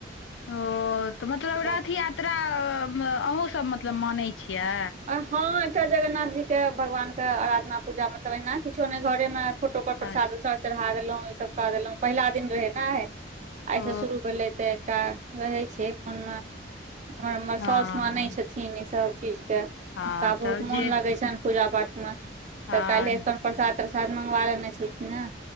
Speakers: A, on the left; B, on the right.
A: ओ तऽ मतलब
B: तकर
A: रथ
B: बाद
A: यात्रा अहूँसभ मतलब मानैत छियै
B: हँ एहिठाम जगन्नाथ जीके भगवानके अराधना पूजा मतलब एना किछो नहि घरेमे फोटो पर प्रसाद
A: अच्छा
B: उसाद चढ़ा देलहुँ ईसभ कऽ देलहुँ पहिला दिन रहै ने आइसँ
A: ओ
B: शुरू भेलै तऽ एकटा रहैत छै मोनमे आर हमर
A: हँ
B: साउासु मानै छथिन ईसभ चीजके
A: हँ
B: हुका बहुत
A: तब
B: मोन
A: जे
B: लगे छनि पूजा पाठ मे
A: हँ
B: तऽ काल्े अपन प्रसाद प्रसाद मंगवा लेने छलखिन ह